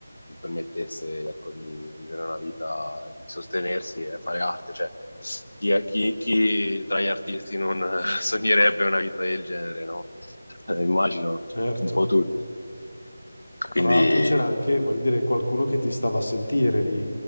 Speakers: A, on the left; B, on the left.
A: gli permettesse, ecco, di vivere una vita, di sostenersi e fare arte. Cioè, chi, chi- chi tra gli artisti non <laughs> eh, sognerebbe una vita del genere, no? <laughs> Eh, Immagino
B: Certo.
A: un po' tutti. Quindi,
B: Tra l'altro c'era anche, voglio dire, qualcuno che ti stava a sentire lì.